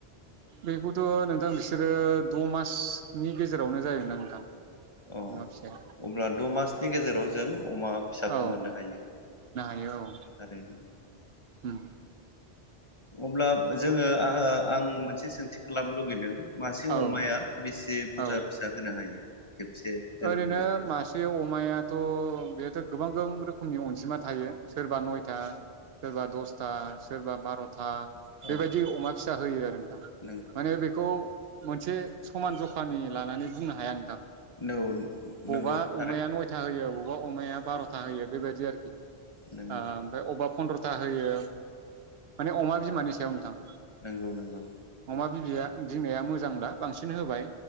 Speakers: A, on the right (about 70°); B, on the left (about 30°).
A: बेखौथ नोंथां बिसोरो द मासनि गेजेरावनो जायोनोदां नोंथां।
B: अ
A: अमा फिसाया
B: अब्ला द मासनि गेजेराव जों अमा फिसाखौ
A: औ
B: मोननो हायो।
A: <unintelligible>
B: ओरैनो
A: उम
B: अब्ला जोङो आ-आं मोनसे सोंथि खालामनो लुगैदों। मासे
A: औ
B: अमाया
A: नोंथां
B: बेसे बुरजा
A: औ
B: फिसा होनो हायो? खेबसे जोनोम
A: ओरैनो
B: होगोरसिम?
A: मासे अमाया थ बेथ गोबां-गोबां रोखोमनि अनजिमा थायो सोरबा नयथा सोरबा दसथा सोरबा बारथा था
B: औ
A: बेबायदि अमा फिसा होयो आरो नोंथां
B: नंगौ
A: माने बेखौ मोनसे समान जखानि लानानै बुंनो हाया नोंथां।
B: नौ
A: बबा
B: नंगौ थारै
A: अमाया नयथा होयो ओ बबा अमाया बारथा होयो बेबायदि आरोखि। ओ
B: नंगौ
A: ओमफ्राय अबा फन्द्रथा। था होयो माने अमा बिमानि सायाव नोंथां।
B: नोंगौ नंगौ।
A: अमा बिबैया बिमाया मोजांब्ला बांसिन होबाय।